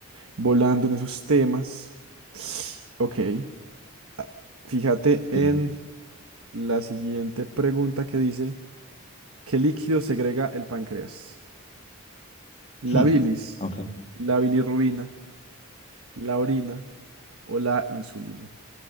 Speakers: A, on the right; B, on the left.
A: volando en esos temas. Ok, ah, fíjate en
B: Sí, sí.
A: la siguiente pregunta que dice, ¿qué líquido segrega el páncreas? La
B: Hmm,
A: bilis,
B: Ok, Ok,
A: la bilirrubina, la orina o la insulina.